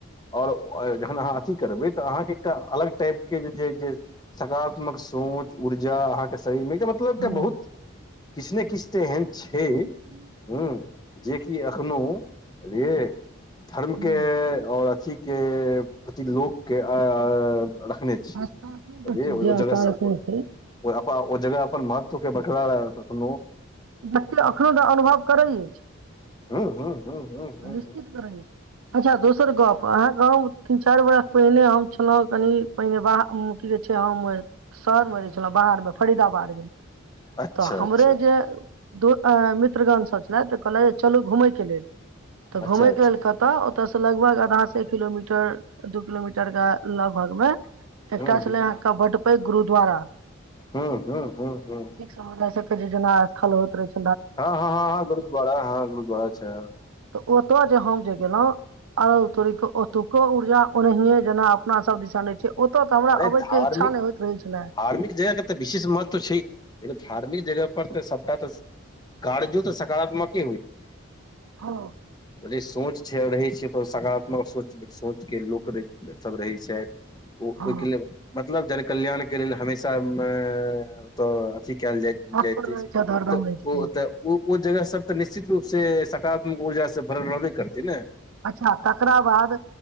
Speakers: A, on the left; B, on the right.
A: आओर ओ- जखन अहाँ अथि करबै तऽ अहाँके एकटा अलग टाइपके जे छै जे सकारात्मक सोच ऊर्जा अहाँके शरीरमे <unintelligible> मतलब एकटा
B: हँ
A: बहुत किछ ने किछ तऽ एहन छै
B: छैहे की
A: हूँ जेकि अखनो बुझलियै धर्मके
B: हँ
A: आओर अथि के प्रति लोकके अ- अ-रखने छै
B: आस्था एखनो
A: बुझलियै
B: रखियै
A: ओइ
B: जे आस्था
A: जगह सब
B: रखने
A: पर
B: छै
A: ओ अपा- ओ जगह अपन महत्वके बरकरा रखने अखनो
B: मतलब अखनो तऽ अनुभव करै छै
A: हूँ हूँ हूँ हूँ
B: निश्चित अच्छा दोसर गप अहाँक गाँव तीन चारि बरस पहिने हम छलहुँ कनि पहिने बाह की कहै छै हम शहरमे रहै छलहुँ बाहर मे फरीदाबाद मे
A: अच्छा
B: तऽ हमरे
A: अच्छा
B: जे दू मित्रगण सब छलैथ त कहलैत जे चलू घुमै के लेल तऽ घूमैके
A: अच्छा अच्छा
B: लेल कत तऽ ओतय से लगभग आधा से एक किलोमीटर दू किलोमीटर के लगभग मे एकटा
A: हूं हूं
B: छलै अहाँके बड्ड पैघ गुरुद्वारा
A: हूँ हूँ हूँ हूँ
B: से मुद्दा केजना स्थल होइत रहै छै
A: हँ हँ हँ हँ गुरुद्वारा हँ हँ गुरुद्वारा छय
B: तऽ ओत जे हम जे गेलो आरौ तोरीके ओतुको ऊर्जा ओनहियें जेना अपना सब दिसन होइ छै ओतय तऽ हमरा
A: अरे
B: अबै
A: धार्मिक
B: के इच्छा नहि होइत रहै छले
A: धार्मिक जगह के तऽ विशेष महत् छै धार्मिक जगह पर तऽ सबटा तऽ कार्जो त सकारात्मक
B: हँ
A: <inaudible> बड़े सोच छै रहै छैै तऽ सकारात्मक सोच सोच के लोक सब रहैत छैथ ओयके
B: हँ
A: लेल मतलब जन कल्याण के लेल हमेशा ओतऽ अथी कयल जाय
B: तत्पर
A: जाएत ऐछ
B: रहै छथि हरदम
A: तऽ
B: रहै छथिन
A: ओ ओतऽ ओ जगह सब तऽ निश्चित रूप से सकारात्मक ऊर्जा से भ रहबे करतै नै
B: अच्छा तकरा बाद